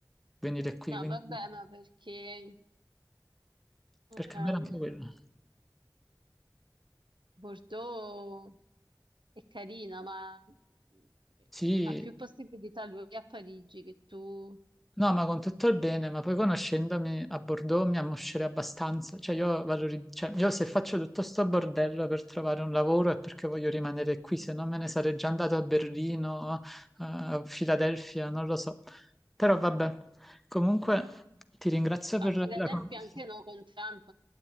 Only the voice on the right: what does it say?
No,
vabbè, ma perché ehm,
Bordeaux è carina, ma eh,
ha più possibilità lui a Parigi che tu
a Filadelfia
anche no, con Trump,